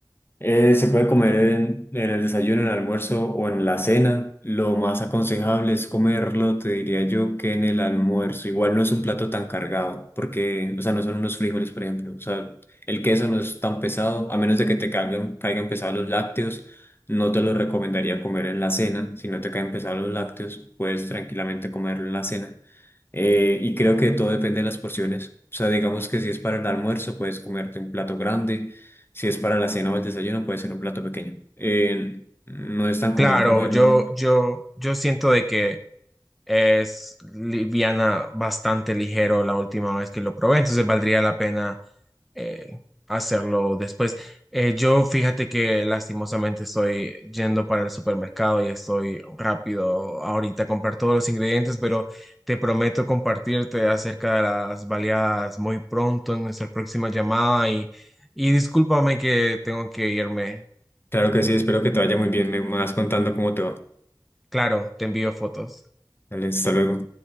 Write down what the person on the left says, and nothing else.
Eh, se puede comer en, en el desayuno, en el almuerzo o en la cena. Lo más aconsejable es comerlo, te diría yo, que en el almuerzo. Igual no es un plato tan cargado, porque, o sea, no son unos frijoles, por ejemplo. O sea, el queso no es tan pesado, a menos de que te caigan, caigan pesados los lácteos. No te lo recomendaría comer en la cena. Si no te caen pesados los lácteos, puedes tranquilamente comerlo en la cena. Eh, y creo que todo depende de las porciones. O sea, digamos que si es para el almuerzo, puedes comerte un plato grande. Si es para la cena o el desayuno, puede ser un plato pequeño. Eh, no es tan común
comerlo.
Claro que sí, espero que te vaya muy bien. Me vas contando cómo te va.
Dale, hasta luego.